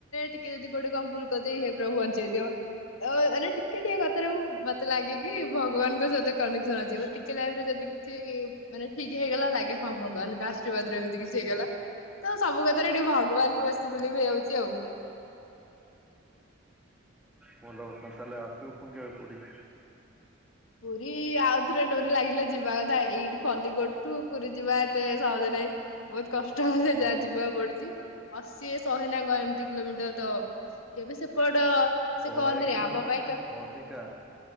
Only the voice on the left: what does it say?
ଟିକେ ଯଦି କୋଉଠି କଣ ଭୁଲ କରିଦେଇ ହେ ପ୍ରଭୁ ବଞ୍ଚେଇ ଦିଅ। ଓ ମାନେ ଟିକେ ଟିକେ କଥାରେ ମୁ ମତେ ଲାଗେ କି ଭଗବାନଙ୍କ ସହିତ ବ ଟିକେ ଲାଇଫ ରେ ଯଦି କିଛି ମାନେ ଠିକ ହେଇଗଲା ଲାଗେ ହଁ ଭଗବାନଙ୍କ ଆଶୀର୍ବାଦରୁ ଏମିତି କିଛି ହେଇଗଲା। ତ ସବୁ କଥାରେ ଏଠି ଭଗବାନକୁ ବେଶୀ ବିଲିଭ ହେଇ ଯାଉଛି ଆଉ
ପୁରୀ ଆଉଥରେ ଡୋରି ଲାଗିଲେ ଯିବା କଥା ଏଇଠି ଖଲିକୋଟଠୁ ପୁରୀ ଯିବା ଏତେ ସହଜ ନାହିଁ। ବହୁତ କଷ୍ଟ ହେଲେ
ଯାହା ଯିବାକୁ ପଡୁଛି। ଅଶୀ ଶହେ ନାଙ୍କ ଏମିତି କିଲୋମିଟର ତ କେବେ ସେପଟ
ସେ କହନ୍ତିନି
ଆମ ପାଇଁ
କେ-